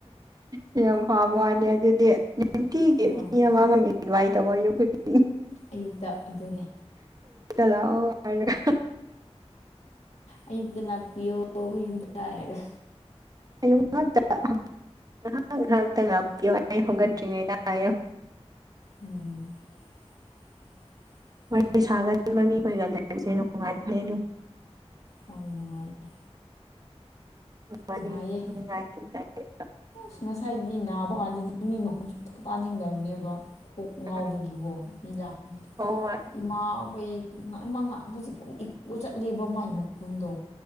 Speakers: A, on the right; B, on the left.
A: ꯌꯥꯝ ꯍꯕ ꯋꯥꯅꯤ ꯑꯗꯨꯗꯤ ꯅꯨꯡꯇꯤꯒꯤ
B: ꯍꯣꯏ
A: ꯃꯤ ꯑꯃꯃ ꯏꯟꯚꯥꯏꯠ ꯇꯧꯕ ꯑꯩꯈ
B: ꯑꯌꯨꯛꯇ ꯑꯗꯨꯅꯦ
A: ꯂꯑꯣꯔ
B: ꯑꯌꯨꯛꯇ ꯂꯥꯛꯄꯤꯌꯣ ꯃꯌꯨꯝꯗ ꯍꯥꯏꯥꯏꯔꯒ
A: ꯑ ꯅꯠꯇ ꯉꯥꯏꯍꯥꯛ ꯉꯥꯏꯍꯥꯛꯇꯪ ꯉꯥꯛꯄꯤꯌꯣ ꯑꯩ ꯍꯧꯣꯒꯠꯇ꯭ꯔꯤꯉꯩꯗ ꯍꯥꯏꯌꯨ
B: ꯎꯝ ꯋꯥꯔꯤ
A: ꯋꯥꯔꯤ ꯁꯥꯒꯟꯕ ꯃꯤꯈꯣꯏꯒ ꯂꯩꯔꯁꯦ ꯅꯨꯡꯉꯥꯏꯕꯅꯦ
B: ꯅꯨꯡꯉꯥꯏ ꯍꯣꯏ ꯅꯨꯡꯉꯥꯏꯌꯦ
A: ꯉꯥꯏꯦ
B: ꯅꯨꯡꯉꯥꯏꯌꯦ ꯑꯁ ꯉꯁꯥꯏꯗꯤ ꯅꯥꯕ ꯀꯥꯟꯗꯗꯤ ꯃꯤ ꯃꯈꯨꯟꯁꯨ ꯑꯝꯇꯪ ꯇꯥꯅꯤꯡꯗꯕꯅꯦꯕ ꯀꯣꯛ ꯉꯥꯎꯕꯒꯤꯀꯣ
A: ꯍꯣꯏ
B: ꯃꯤ ꯂꯥꯡꯝꯕꯗ
A: ꯍꯣꯏ
B: ꯏꯃꯥ ꯑꯩꯈꯣꯏ ꯉ ꯑꯃ ꯉꯥꯡꯁ ꯑꯗꯨꯝ ꯏꯀꯄ ꯆꯠꯂꯦꯕ ꯃꯥꯏ ꯃꯈꯨꯟꯗꯣ